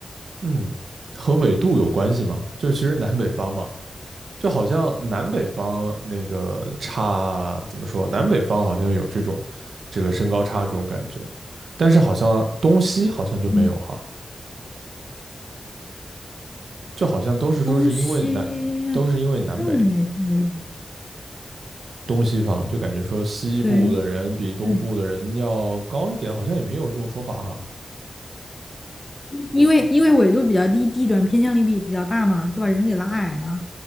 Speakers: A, on the right; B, on the left.
A: 嗯和纬度有关系吗？就其实南北方嘛，就好像南北方那个差怎么说？南北方好像有这种这个身高差这种感觉，但是好像东西好像就没有哈，
B: 嗯
A: 就好像都是说是因为南都是因为南北
B: 东西好像没太有，
A: 东西方，就感觉说西部的人比东部的人要高一点，
B: 对。对
A: 好像也没有这种说法哈。
B: 因为因为纬度比较低，地转偏向力比比较大嘛，就把人给拉矮了，